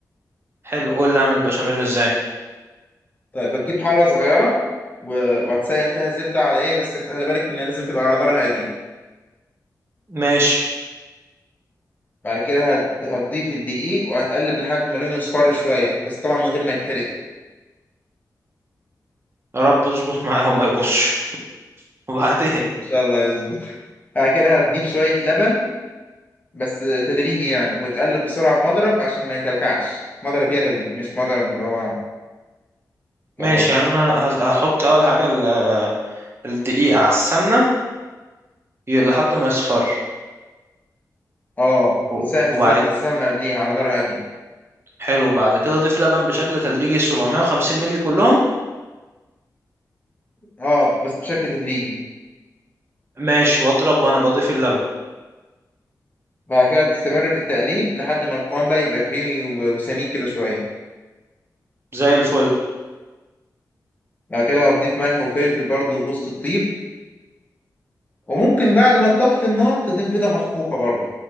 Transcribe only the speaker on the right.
حلو قول لي اعمل البشاميل ازاي
ماشي
يا رب اظبط معاه وما يبصش <laughs> وبعدين
ماشي يعني انا هز- هحط اول حاجه ال- الدقيق على السمنه ي- لحد ما يصفر
و-
وبعد ك-
حلو وبعد كده اضيف لبن بشكل تدريجي 750 مللي كلهم
ماشي واضرب وانا بضيف اللبن
زي الفل